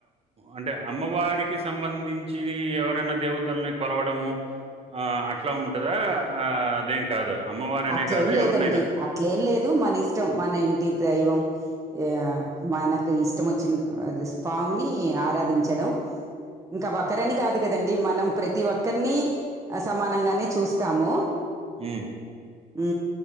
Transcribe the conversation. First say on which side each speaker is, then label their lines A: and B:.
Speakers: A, on the right; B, on the right.
A: అంటే అమ్మవారికి సంబంధించి ఎవరైనా దేవతల్ని కొలవడము ఆ అట్లా ఉంటందా ఆ అదేం కాదా అమ్మవారనే
B: అట్ల
A: కాదా
B: ఏం లేదండి
A: ఎవరినైనా?
B: అట్లే ఏం లేదు మనిస్టం ఇష్టం మన ఇంటి దైవం ఆ మనకు ఇష్టం వచ్చిన స్వామిని ఆరాధించడం ఇంకా ఒకరని కాదు కదండి మనం ప్రతి ఒక్కరిని సమానంగానే చూస్తాము
A: అ
B: ఉ